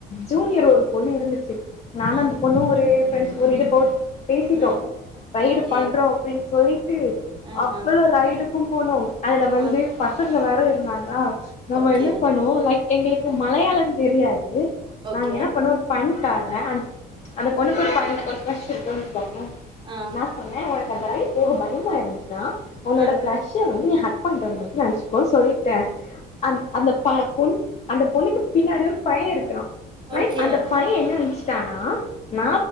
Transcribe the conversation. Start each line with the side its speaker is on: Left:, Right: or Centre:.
Left: ஜூனியர் ஒரு ஒரு பொண்ணு இருந்துச்சு நானு
Right: ஆ,
Left: அந்த பொண்ணு ஒரு ஃப்ரெண்ஸ் இருப்போ பேசிட்டோ
Right: ஆ,
Left: ஃபயரு
Right: ஓகே,
Left: பண்றோ அப்டினு தோழி ட்டு
Right: ஆஹா,
Left: அவ்வளோ ரைடு க்கும் போனோ அதுல வந்து
Right: ஆ,
Left: பசங் ங்க வேற இருந்தாங்களா நம்ம
Right: ஓகே,
Left: என்ன பண்ணுவோ லைக் எங்குளுக் இப்போ மலையாளந் தெரியாது
Right: ஓகே,
Left: நாங்க என்ன பண்ணோ ஒரு ஃபண்க்காக ன அந்அந்த பொண்ணுக்கொரு பண்ண ஒரு கிரஷ் இருக்குன் வாங்க
Right: ஆ,
Left: நா சொன்ன உன் அந்த ரைட் போவ பயமா இருந்துச்சு நா உன்னோட
Right: ஆ.
Left: கிரஷ்ச உன்னைய ஹக் பண்ற மாரி நெனச்சுக்கோன் சொல்லிட்ட அந் அந்த ப பொண் அந்த பொண்ணுக்கு பின்னாடி ஒரு பைய இருக்குறா லைக்
Right: ஓகே.
Left: அந்த பைய என்ன நெனச்சு சானா நா